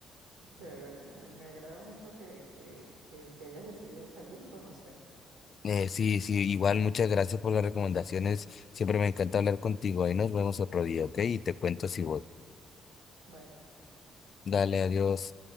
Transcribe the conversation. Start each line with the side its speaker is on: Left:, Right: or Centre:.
Right: Chévere, me, me agrada mucho que, que, que te hayas decidido salir y conocer.
Left: Eh, sí, sí, igual muchas gracias por las recomendaciones. Siempre me encanta hablar contigo. Ahí nos vemos otro día, ¿ok? Y te cuento si voy.
Right: Bye.
Left: Dale, adiós.